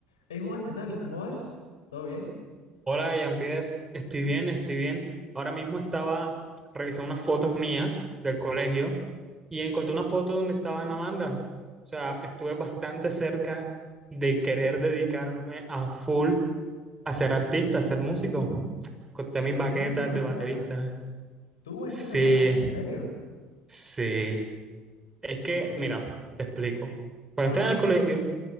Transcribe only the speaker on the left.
Hey Juan, ¿qué tal? ¿Cómo vas? ¿Todo bien?
Oh,
en
una banda.
Tú
en una banda, ¿en serio?
Ok.
Ajá.